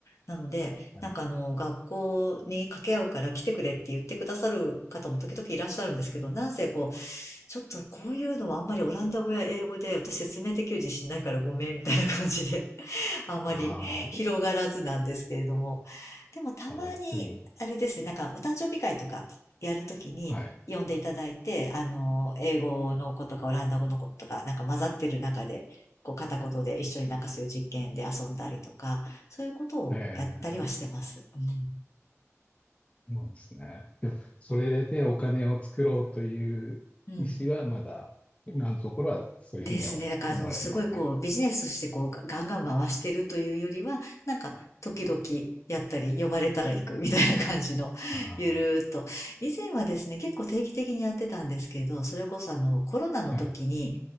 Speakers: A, on the left; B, on the left.
A: なので、
B: はい。
A: なんかあの、学校に掛け合うから来てくれって言ってくださる方も時々いらっしゃるんですけど、なんせこう、ちょっとこういうのはあんまりオランダ語や英語で私説明できる自信ないからごめんみたいな感じで、<laughs> あまり広がらずなんですけれども。
B: あ
A: でもたまに、
B: ああれでも、
A: あれですね、なんかお誕生日会とかやるときに呼んでいただいて、
B: はい。
A: あの、英語の子とかオランダ語の子とか、なんか混ざってる中で、こう片言で一緒になんかそういう実験で遊んだりとか、そういうことをやったりはしてます。
B: ええ
A: うん。
B: そうなんですね。でも、それでお金を作ろうという意思はまだ、
A: うん。
B: 今のところはそういうふうには思われてないという。
A: ですね。だから、あの、すごいこう、ビジネスとしてこう、ガンガン回してるというよりは、なんか、時々やったり、呼ばれたら行くみたいな感じの、<laughs>
B: あ
A: ゆるーっと。以前はですね、結構定期的にやってたんですけど、それこそあの、コロナの時に、
B: あ、はい。